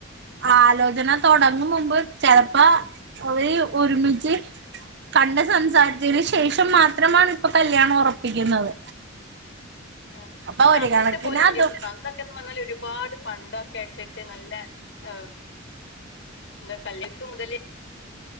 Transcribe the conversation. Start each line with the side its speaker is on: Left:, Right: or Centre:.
Right: ആലോചന തൊടങ്ങും മുമ്പ് ചെലപ്പോ അവര് ഒരുമിച്ച് കണ്ട് സംസാരിച്ചതിന് ശേഷം മാത്രമാണ് ഇപ്പൊ കല്യാണം ഒറപ്പിക്കുന്നത്.
Left: അത് പക്ഷെ
Right: അപ്പൊ ഒരു
Left: അന്നത്തെ
Right: കണക്കിന്
Left: പോലെയല്ല
Right: അതും
Left: കണ്ട് സത്യം പറഞ്ഞാല് ഒരുപാട് പണ്ടൊക്കെട്ടിട്ട് നല്ലെ ഈഹ് ഇന്ന് കല്യാണത്ത് മുതല്